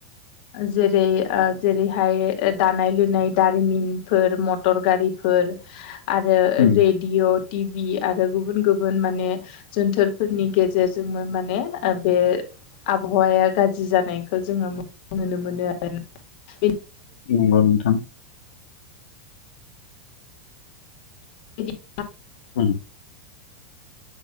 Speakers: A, on the left; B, on the left.
A: जेरै ओ जेरैहाय दानाय-लु नाय दारिमिनफोर मटर-गारिफोर आरो
B: उम
A: रेडिअ टिभि आरो गुबुन गुबुन माने जोनथोरफोरनि गेजेरजोंनो माने बे आबहावाया गाज्रि जानायखौ जोङो नुनो मोनो आरोना।
B: नंगौ नोंथां
A: बेनिखायनो
B: ओम